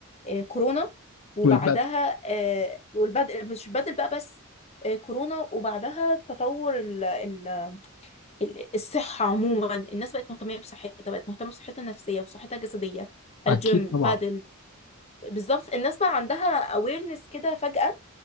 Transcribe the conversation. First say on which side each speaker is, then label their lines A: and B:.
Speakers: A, on the left; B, on the left.
A: آه، كورونا وبعدها
B: والبدل
A: آه، والبدء مش بدل بقى بس آه، كورونا وبعدها تطور ال ال ال- الصحه عموما الناس بقت مهتمه بصحتها بقت مهتمه بصحتها النفسيه وصحتها الجسديه الجيم
B: اكيد طبعا
A: بادل بالظبط الناس بقى عندها awareness كده فجأة